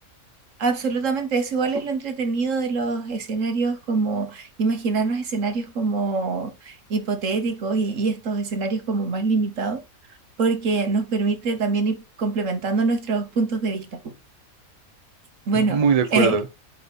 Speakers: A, on the right; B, on the right.
A: Absolutamente, eso igual es lo entretenido de los escenarios como imaginarnos escenarios como hipotéticos y, y estos escenarios como más limitados, porque nos permite también ir complementando nuestros puntos de vista. Bueno,
B: Muy de acuerdo.
A: eh,